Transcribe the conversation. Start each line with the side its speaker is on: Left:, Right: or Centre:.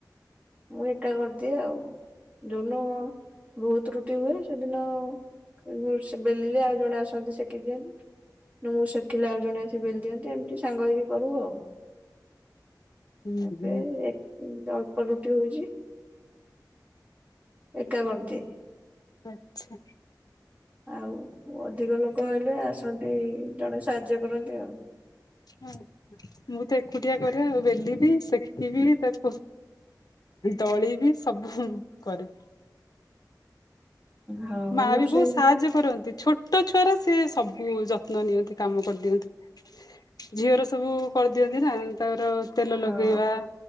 Right: ମୁଁ ଏକା କରିଦିଏ ଆଉ। ଯଉଦିନ ବହୁତ ରୁଟି ହୁଏ ସେଦିନ <unintelligible> ବେଲିଲେ ଆଉ ଜଣେ ଆସନ୍ତି ସେକି ଦିଅନ୍ତି। ନା ମୁଁ ଶିଖିଲା ଆଉ ଜଣେ ଆସ ବେ ବୋଲି ଦିଅନ୍ତି ଏମିତି ସାଙ୍ଗ ହେଇକି କରିବୁ ଆଉ।
Left: ହୁଁ
Right: ଏବେ
Left: ହୁଁ
Right: ଏକ ଅଳ୍ପ ରୁଟି ହଉଛି ଏକା କରିଦିଏ।
Left: ଆଚ୍ଛା।
Right: ଆଉ ଅଧିକ ଲୋକ ହେଲେ ଆସନ୍ତି ଜଣେ ସାହାଯ୍ୟ କରନ୍ତି ଆଉ।
Left: ହ ମୁଁ ତ ଏକୁଟିଆ କରେ ଆଉ ବେଲିବି ସେକିବି ତାକୁ ଦଳି ବି ସବୁ ମୁଁ କରେ।
Right: ହଁ
Left: ମା
Right: ମୁଁ
Left: ବି ବହୁତ
Right: ସେ
Left: ସାହାଯ୍ୟ କରନ୍ତି ଛୋଟ ଛୋଟ ଛୁଆର ସେ ସବୁ ଯତ୍ନ ନିଅନ୍ତି କାମ କରିଦିଅନ୍ତି। ଝିଅର ସବୁ କରିଦିଅନ୍ତି ନା ତାର ତେଲ
Right: ହଁ
Left: ଲଗେଇବା,